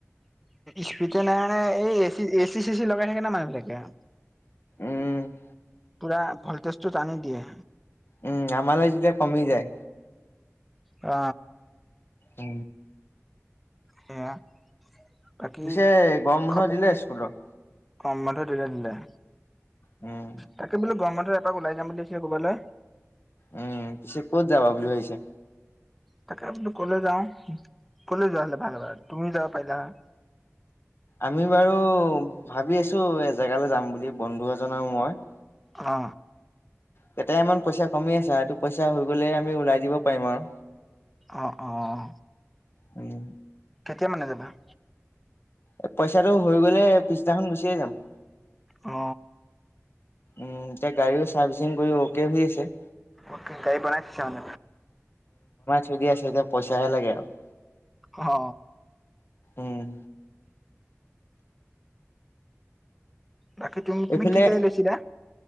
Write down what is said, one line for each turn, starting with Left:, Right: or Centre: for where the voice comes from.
Centre: স্পিড নাই মানে এই এচি এচি চি চি লগাই থাকে না মানুহ বিলাকে আৰু
Left: উম
Centre: পুৰা ভলটেজটো টানি দিয়ে
Left: উম আমালে যেতিয়া কমি যায়
Centre: অ
Left: উ
Centre: সেয়া বাকী
Left: পিছে গৰম বন্ধ
Centre: খবৰ
Left: দিলে স্কুলৰ
Centre: গৰম বন্ধ দিলে দিলে
Left: উম
Centre: তাকে বোলো গৰম বন্ধত এপাক ওলাই যাম বুলি ভাবিছিলো ক'ৰবালৈ
Left: উম পিছে ক'ত যাবা বুলি ভাবিছে
Centre: তাকে বোলো কলে যাওঁ কলে যোৱা হলে ভাল ভাল তুমিও যাব পাৰিলা হয়
Left: আমি বাৰু ভাবি আছো এজেগালৈ যাম বুলি বন্ধু এজন আৰু মই
Centre: অ
Left: কেতামান পইচা কমি আছে সেটো পইচা হৈ গ'লে আমি ওলাই যিব পাৰিম আৰু
Centre: অ অ অ।
Left: উম।
Centre: কেতিয়া মানে যাবা-
Left: এ পইচাটো হৈ গ'লে পিছদিনাখন গুচিয়ে যাম-
Centre: অ
Left: উম এতিয়া গাড়ীও চাৰ্ভিচিং কৰি অকে হৈ আছে-
Centre: অকে কাই বনাই চ ন।
Left: চদি আছে এতিয়া পইচাহে লাগে আৰু-
Centre: অ।
Left: উম।
Centre: বাকি তুমি তুমি
Left: এইফালে
Centre: কি গাড়ী লৈছিলা।